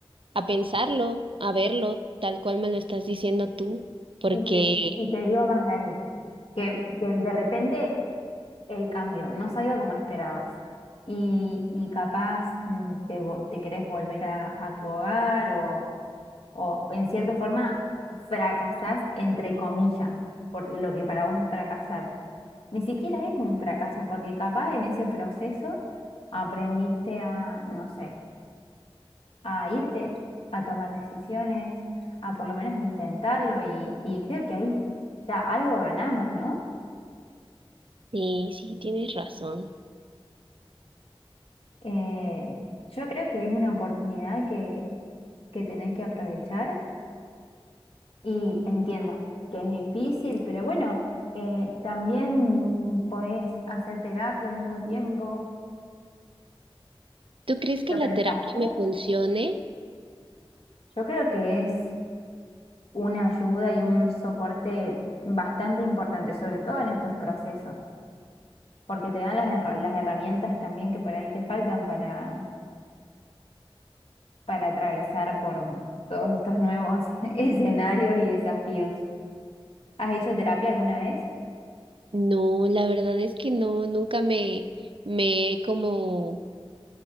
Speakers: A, on the right; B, on the left.
A: a pensarlo, a verlo, tal cual me lo estás diciendo tú, porque
B: Y te, y te digo más, Dani, que, que de repente el cambio no salga como esperabas y, y capaz mm, te, vo- te querés volver a, a tu hogar o, o en cierta forma fracasás entre comillas por lo que para vos es fracasar. Ni siquiera es un fracaso, porque capaz en ese proceso aprendiste a, no sé, a irte, a tomar decisiones, a por lo menos intentarlo y, y creo que ahí ya algo ganamos, ¿no?
A: sí, sí, tienes razón.
B: Eh, yo creo que es una oportunidad que, que tenés que aprovechar y entiendo que es difícil, pero bueno, eh, también podés hacer terapia al mismo tiempo.
A: ¿Tú crees que
B: ¿Lo
A: la
B: pensaste?
A: terapia me funcione?
B: Yo creo que es una ayuda y un soporte bastante importante, sobre todo en estos procesos, porque te dan las, herra- las herramientas también que por ahí te faltan para, para atravesar por todos estos nuevos <laughs> escenarios y desafíos. ¿Has hecho terapia alguna vez?
A: No, la verdad es que no, nunca me, me he como